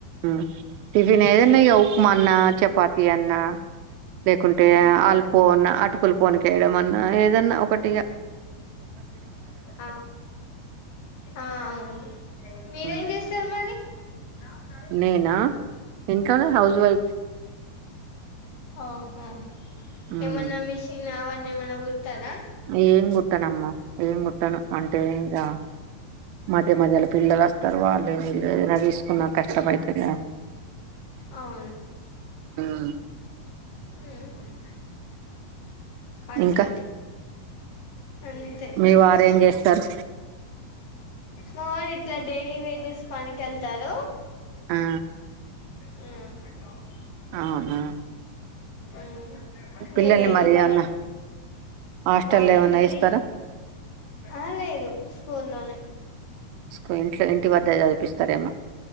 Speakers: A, on the right; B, on the left.
A: ఉమ్ టిఫిన్ ఏదన్నిగ ఉక్మన్నా చపా తి అన్నా లేకుంటే
B: ఉమ్
A: అల్పోన్న అటు స్కుల్ పోన్కేయడం అన్నా ఏదన్నా ఒకటిగా
B: అ అ అవును మీరేం
A: మ్
B: చేస్తారు మరి ఉమ్
A: నేనా ఇంట్లోనే హౌస్ వైఫ్
B: ఆహా ఏమన్నా
A: మ్
B: మిషన్ అవన్న ఏమన్నా కూడతారా
A: ఏం కుట్టనమ్మ ఏం కుట్టను అంటే అ మధ్య మధ్యల పిల్లలస్తారు వాళ్ళువీళ్ళు ఏదైనా తీసుకున్నా కష్టపైతది ఆ
B: అవును
A: మ్
B: ఉమ్ అట్లనే
A: ఇంకా
B: అంతే
A: మీ వారేం చేస్తారు
B: మా ఇట్లా డైలీ వేజెస్ పనికెళ్తారు
A: ఆ
B: ఉమ్
A: అవునా
B: ఉమ్ ఇగా
A: పిల్లల్ని
B: డెలీ
A: మరి
B: పని
A: ఏమన్నా హాస్టల్లో
B: మార్నింగ్
A: ఏమన్నా
B: ఎళ్ళి
A: ఏస్తారా
B: ఆ లేదు స్కూల్లోనే
A: స్కు ఇంట్లో ఇంటి వద్ద చదివిపిస్ సరేమ్మ